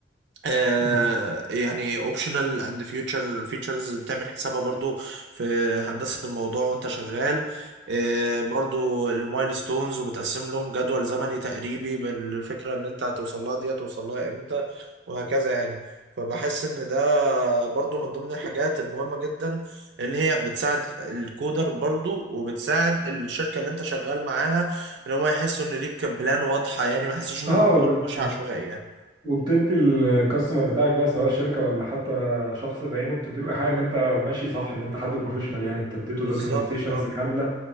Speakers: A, on the right; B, on the right.
A: آه،
B: بالظبط.
A: يعني اوبشنال اند فيوتشر فيتشرز بتعمل حسابها برضو في هندسة الموضوع وانت شغال آه، برضو المايلستونز وبتقسم لهم جدول زمني تقريبي بالفكرة اللي انت هتوصل لها دي هتوصل لها امتى وهكذا يعني فبحس ان ده برضو من ضمن الحاجات المهمة جدا ان هي بتساعد الكودر برضو وبتساعد الشركة اللي انت شغال معاها ان هم يحسوا ان ليك بلان واضحة يعني ما يحسوش ان
B: اه،
A: الموضوع
B: وبت...
A: ماشي عشوائي يعني
B: وبتدي الكاستمر بتاعك بقى سواء شركه ولا حتى شخص بعينه بتدي له ايحاء ان انت ماشي صح ان انت حد بروفيشنال يعني انت اديته
A: بالظبط
B: دوكيومنتيشنز
A: اه
B: كامله